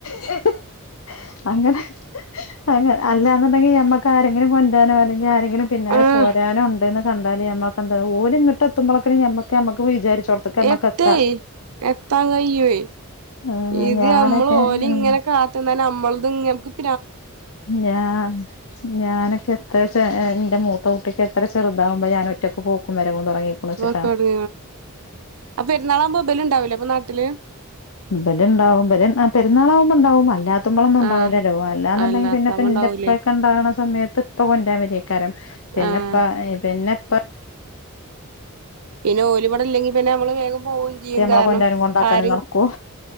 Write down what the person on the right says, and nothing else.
ആഹ്
എത്തേ എത്താൻ കയ്യുയ്
ഇത്
യമ്മള് ഓലേം
ങ്ങനെ കാത്ത്ന്നാ നമ്മള <unintelligible>
ആഹ് അപ്പൊ പെരുന്നാളാകുമ്പോ ഇബല് ഉണ്ടാവൂലേ അപ്പൊ നാട്ടില്
ആഹ്
അല്ലാത്തമ്മ
ഉണ്ടാവൂലേ
ആഹ്
പിന്നെ ഓലിമട ഇല്ലെങ്ക പിന്നെ നമ്മള് പോവും ചെയ്യും
കാരണം
ആരും